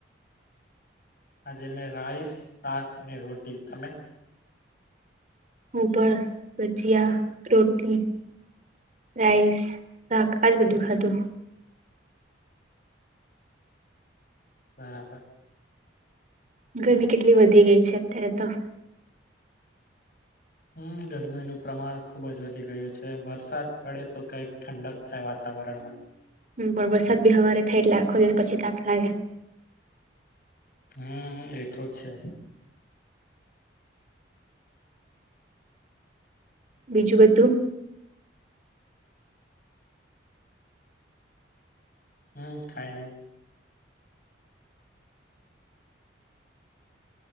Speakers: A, on the left; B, on the right.
A: આજે મેં રાઈસ શાક અને રોટી તમે
B: હું પણ ભજીિયા, રોટી, રાઈસ, શાક, આજ બધું ખાધું
A: બરાબર.
B: ગરમી કેટલી વધી ગઈ છે, અત્યારે તો
A: હમ ગરમીનું પ્રમાણ ખુબ જ વધી ગયું છે, વરસાદ પડે તો કઈક ઠંડક થાય વાતા વરણમાં.
B: પણ વરસાદ બી હવારે થાય એટલે આખો દિવસ પછી તાપ લાગે
A: હમ એતો છે.
B: બીજું બધું
A: હમ કાઈ ની